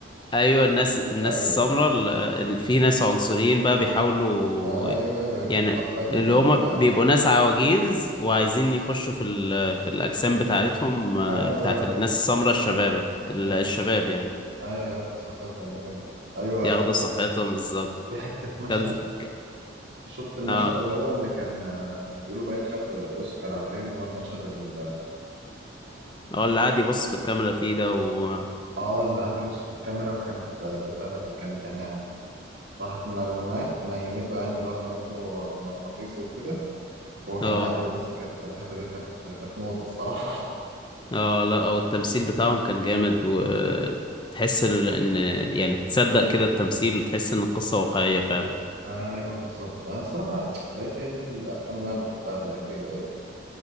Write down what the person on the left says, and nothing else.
ايوه الناس الناس
السمراء ال- إن في ناس عنصريين بقى بيحاولوا
يعني
اللي هما
بيبقوا ناس عواجيز وعايزين يخشوا في ال... في الاجسام بتاعتهم آه،
بتاعت
الناس السمراء الشبابه ال-
الشباب يعني
ياخدوا
صحتهم بالظبط
كان ك-
اه
هو اللي قاعد يبص في الكاميرا فيه ده و
اه
اه لا هو التمثيل بتاعهم كان جامد وتحس ال- ان يعني تصدق كده التمثيل وتحس ان القصة واقعية فعلا